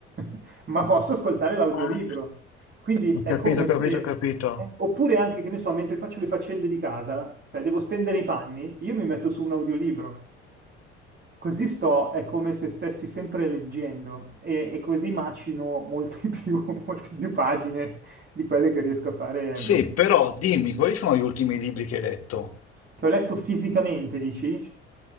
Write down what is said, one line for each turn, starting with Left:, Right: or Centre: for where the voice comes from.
Right: <laughs> ma posso ascoltare l'audiolibro.
Left: Ah.
Right: Quindi
Left: Ho
Right: è
Left: capito,
Right: come
Left: ho capito,
Right: se...
Left: ho capito.
Right: eh, Oppure anche, che ne so, mentre faccio le faccende di casa, cioè devo stendere i panni, io mi metto su un audiolibro. Così sto, è come se stessi sempre leggendo e, e così macino molte <laughs> più, molte più pagine di quelle che riesco a fare,
Left: Sì, però dimmi, quali sono gli ultimi libri che hai letto?
Right: che ho letto fisicamente, dici?